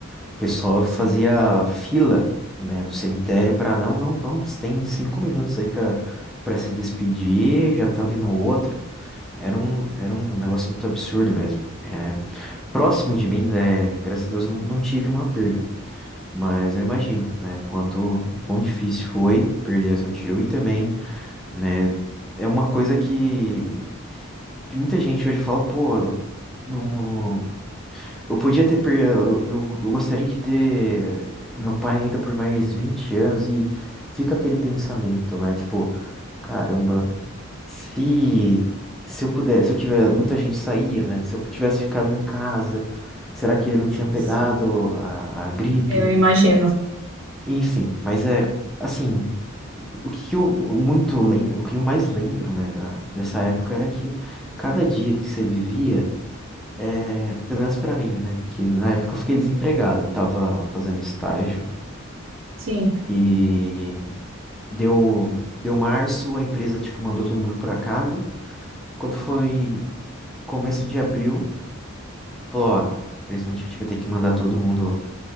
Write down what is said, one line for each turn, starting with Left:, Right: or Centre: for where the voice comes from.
Centre: o pessoal fazia
Right: Sim,
Centre: fila, né, no cemitério para não, não, vamos, tem cinco minutos aí para para se despedir, já tá vindo outro. Era um, era um negócio muito absurdo mesmo. É, próximo de mim, né? Graças a Deus não, não tive uma perda. Mas eu imagino, né, quanto, quão difícil foi perder seu tio e também, né, é uma coisa que, que muita gente hoje fala, pô, eu não, eu podia ter, per- eu, eu gostaria de ter meu pai ainda por mais 20 anos e fica aquele pensamento, né, tipo, caramba, se, se eu pudesse, se eu tiver, muita gente saía, né, se eu tivesse ficado em casa, será que ele não tinha pegado
Right: sim.
Centre: a, a gripe?
Right: Eu imagino.
Centre: Enfim, mas é assim, o que eu muito lem- o que eu mais lembro, né, da, dessa época era que cada dia que você vivia, é, pelo menos pra mim, né, que na época eu fiquei desempregado, eu tava fazendo estágio
Right: Sim,
Centre: e deu deu março, a empresa tipo mandou todo mundo pra casa. Quando foi começo de abril, falou, ó, infelizmente a gente vai ter que mandar todo mundo,